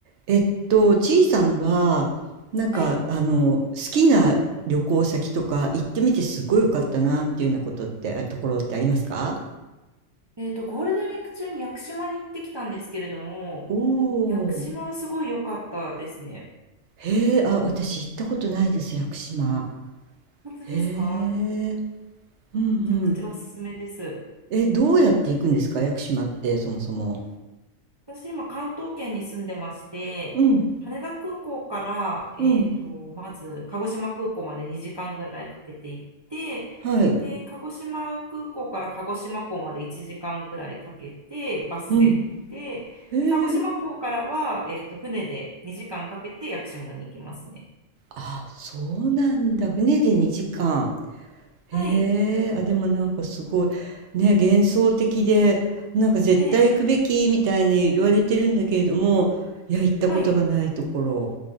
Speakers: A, on the right (about 65°); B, on the right (about 35°).
A: えっと、ちいさんは、なんか、
B: はい。
A: あの、好きな旅行先とか行ってみてすごい良かったなっていうようなことって、あところってありますか
B: えっと、ゴールデンウィーク中に屋久島に行ってきたんですけれども、
A: おおー。
B: 屋久島はすごい良かったですね。
A: へえ、あ、私行ったことないです、屋久島。
B: 本当ですかめ
A: へえ、うんうん。
B: ちゃくちゃおすすめです。
A: え、どうやって行くんですか、屋久島って、そもそも。
B: 私、今、関東圏に住んでまして、
A: うん、
B: 羽田空港から、えっと、
A: うん、
B: まず、鹿児島空港まで2時間ぐらいかけて行って、
A: はい、
B: で、鹿児島空港から鹿児島港まで1時間ぐらいかけて、バスで行って、
A: うん。へえ、
B: で、鹿児島港からは、えっと、船で2時間かけて屋久島に行きますね。
A: あ、そうなんだ。船で2時間。へえ、
B: はい。
A: あ、でもなんかすごい、ね、幻想的で、なんか絶対行くべきみたいに言われてるんだけれども、
B: ええ、
A: いや、行ったことがないところ。
B: はい。